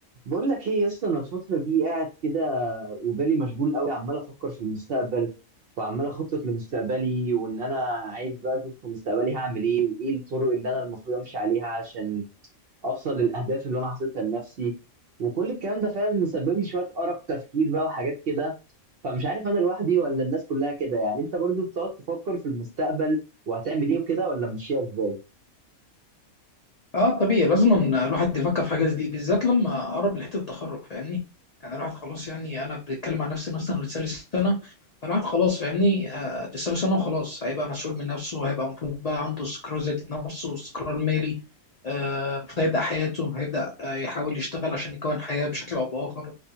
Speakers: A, on the right; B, on the left.
A: بقول لك ايه يا اسطى انا الفتره دي قاعد كده وبالي مشغول قوي عمال افكر في المستقبل وعمال اخطط لمستقبلي وان انا عايز بقى اشوف في مستقبلي هعمل ايه وايه الطرق اللي انا المفروض امشي عليها عشان اوصل للاهداف اللي انا حاططها لنفسي وكل الكلام ده فاهم مسبب لي شويه ارق تفكير بقى وحاجات كده فمش عارف انا لوحدي ولا الناس كلها كده يعني انت برضو بتقعد تفكر في المستقبل وهتعمل ايه وكده ولا ماشيها ازاي
B: اه طبيعي لازم أن الواحد يفكر في حاجه زي دي بالذات لما قرب لحته التخرج فاهمني يعني الواحد خلاص يعني انا بتكلم عن نفسي مثلا لسه لي سنه فالواحد خلاص فاهمني آه لسه له سنه وخلاص هيبقى مسؤول من نفسه هيبقى المفروض بقى عنده استقرار ذاتي بنفسه واستقرار مالي آه، المفروض هيبدا حياته هيبدا آه يحاول يشتغل عشان يكون حياه بشكل او باخر